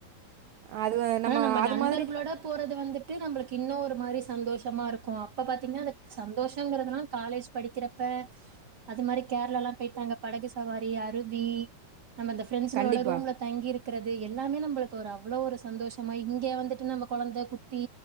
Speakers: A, on the right (about 80°); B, on the right (about 30°).
A: அது
B: ஆனா நம்ம
A: அது
B: நண்பர்களோட
A: மாதிரி
B: போறது வந்துட்டு நம்மளுக்கு இன்னோ ஒரு மாரி சந்தோஷமா இருக்கும் அப்ப பாத்தீங்கனா அ சந்தோஷங்கறிறதுல்லாம் காலேஜ் படிக்கிறப்ப அது மாரி கேரளாலா போயிட்டாங்க படகு சவாரி அருவி நம்மஅந்த ஃப்ரெண்ஸ்களோட
A: கண்டிப்பா.
B: ரூம்ல தங்கி இருக்கு க்றது எல்லாமே நம்மளுக்கு ஒரு அவ்வளோ ஒரு சந்தோஷமா இங்கே வந்துட்டு நம்ம கொழந்த குட்டி